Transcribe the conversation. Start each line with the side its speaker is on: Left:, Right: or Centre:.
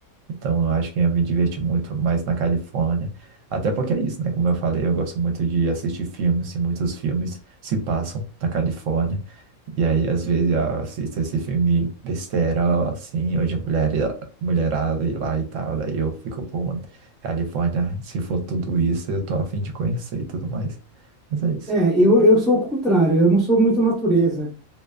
Right: Então, eu acho que ia me divertir muito mais na Califórnia. Até porque é isso, né? Como eu falei, eu gosto muito de assistir filmes e muitos filmes se passam na Califórnia. E aí, às vezes, eu assisto esse filme besteira, assim, ou de mulher, mulherada e lá e tal. Daí eu fico, pô, mano, Califórnia, se for tudo isso, eu tô a fim de conhecer e tudo mais. Mas é isso.
Centre: É, é, eu, eu sou o contrário, eu não sou muito natureza.